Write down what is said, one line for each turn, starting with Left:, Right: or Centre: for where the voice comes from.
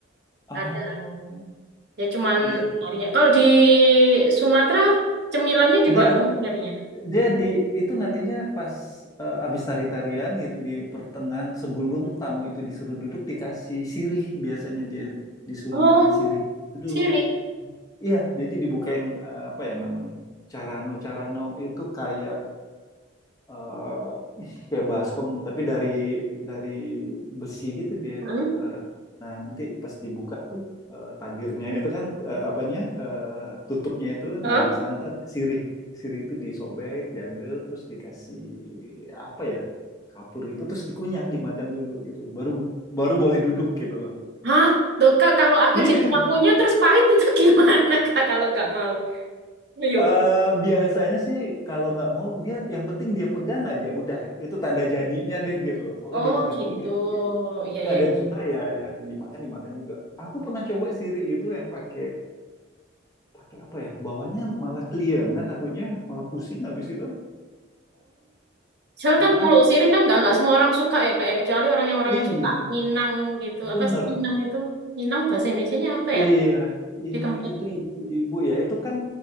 Left: Oh
Right: Ada. Ya cuman
Left: iya,
Right: narinya. Kalau di Sumatera cemilannya dibawa
Left: dia ada
Right: sama penarinya.
Left: Dia di itu nantinya pas eh, abis tari-tarian gitu di pertengahan sebelum tamu itu disuruh duduk dikasih sirih biasanya dia disuruh
Right: Oh,
Left: makan sirih dulu.
Right: siri.
Left: Iya, jadi dibukain eh, apa ya namanya? Carano, carano itu kayak eh kayak baskom tapi dari dari besi gitu dia
Right: Heeh.
Left: eh, Red. Nah nanti pas dibuka tuh eh, tabirnya itu kan eh, apanya eh, tutupnya itu
Right: Heeh.
Left: nah di sana tuh ada sirih sirih itu disobek diambil terus dikasih apa ya kapur gitu terus dikunyah dimakan dulu gitu baru baru boleh duduk gitu loh
Right: Hah? Tuh, Kak, kalau aku
Left: <laughs> Iya,
Right: jadi tamunya terus pahit itu <laughs> gimana, Kak, kalau nggak mau? Ayo.
Left: eh, biasanya sih kalau nggak mau dia yang penting dia pegang aja udah itu tanda jadinya deh gitu. Pokoknya
Right: Oh,
Left: dia pegang
Right: gitu.
Left: dulu deh.
Right: Iya,
Left: tapi
Right: iya,
Left: ada
Right: iya.
Left: yang suka ya yang dimakan dimakan juga aku pernah coba siri itu yang pakai pakai apa ya bawahnya malah keliengan akunya malah pusing habis itu
Right: Soalnya
Left: Heeh.
Right: kan kalau sirih kan nggak nggak semua orang suka ya kak ya kecuali orang yang orang
Left: iya
Right: yang suka Minang gitu.
Left: bener
Right: Apa sih Minang itu? Minang bahasa Indonesianya apa
Left: iya
Right: ya?
Left: inang
Right: Di tempat.
Left: itu ibu-ibu ya itu kan